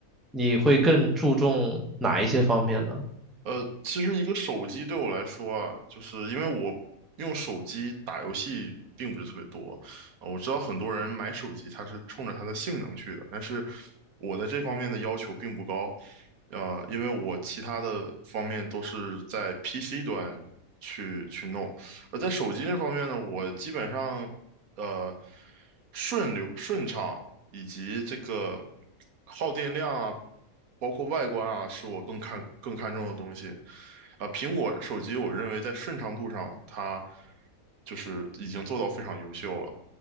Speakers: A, in the centre; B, on the right.
A: 你会更注重哪一些方面呢？
B: 呃，其实一个手机对我来说啊，就是因为我用手机打游戏并不是特别多啊，我知道很多人买手机他是冲着它的性能去的，但是我在这方面的要求并不高，呃，因为我其他的方面都是在 PC 端去去弄，而在手机这方面呢，我基本上。呃顺流顺畅以及这个耗电量啊，包括外观啊，是我更看更看重的东西。啊、苹果手机我认为在顺畅度上，它就是已经做到非常优秀了。